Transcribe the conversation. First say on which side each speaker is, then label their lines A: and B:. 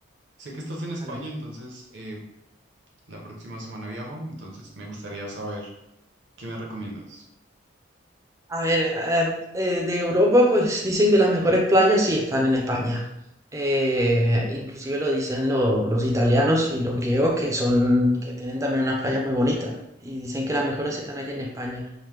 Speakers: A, on the right (about 60°); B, on the right (about 15°).
A: Sé que estás en España,
B: Vale.
A: entonces eh, la próxima semana viajo, entonces me gustaría saber qué me recomiendas.
B: A ver, eh, eh, de Europa, pues dicen que las mejores playas sí están en España. Eh, inclusive lo dicen lo- los italianos y los griegos, que son, que tienen también unas playas muy bonitas. Y dicen que las mejores están aquí en España.